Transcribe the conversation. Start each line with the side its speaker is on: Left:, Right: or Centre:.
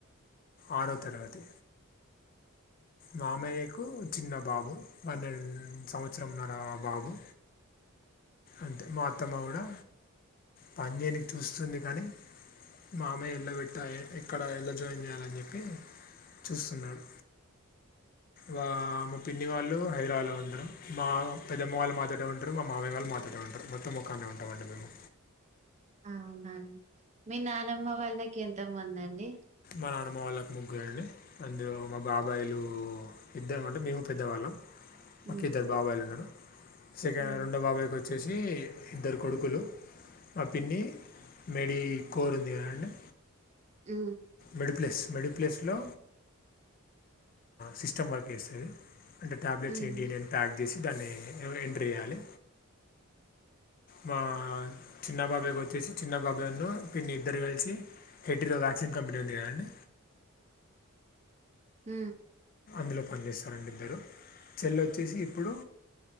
Left: ఆరో తరగతి మామయ్యకు చిన్న బాబు పన్నెడు సంవత్సరంన్నార బాబు అంతే మా అత్తమ్మ కూడా పని నేనికి చూస్తుంది కానీ మామయ్య ఎలా పెట్ట ఎక్కడ ఎలా జాయిన్ చేయాలని చెప్పి చూస్తున్నారు వా మా పిన్ని వాళ్ళు హైరాలో ఉంటారు మా పెద్దమ్మ వాళ్ళ మాతోటే ఉంటారు మామయ వాళ్ళు మాతోలాటే ఉంటారు మొత్తం ముఖానే ఉంటామండి మేము
Right: అవునాండి మీ నానమ్మ వాళ్ళకి ఎంత మంది అండి
Left: మా నాన్నమ్మ వాళ్ళకు ముగ్గు అండి అందులో మా బాబాయిలు ఇద్దరం అంటే మేము పెద్దవాళ్ళం మాకు
Right: హ్మ్
Left: ఇద్దరు బాబాయిలు ఉన్నారు సెకండ్
Right: హ్మ్
Left: రెండో బాబాయికి వచ్చేసి అ ఇద్దరు కొడుకులు మా పిన్ని మేడిీ కోరు ఉంది కదండి
Right: ఆ
Left: మెడిప్లస్ మెడిప్లస్లో సిస్టమ్ వర్క్ చేస్తుంది అంటే టాబ్లెట్స్
Right: హ్మ్
Left: ఏంటింటి అని ప్యాక్ చేసి దాన్ని ఎంటరే చేయాలి మా చిన్న బాబాకి వచ్చేసి చిన్న బాబాయి పిన్ని ఇద్దరు కలిసి వ్యాక్సిన్ కంపెనీ ఉందిడి
Right: హ
Left: ఇందులో పనిచేస్తారండి ఇద్దరు చెల్ల వచ్చేసి ఇప్పుడు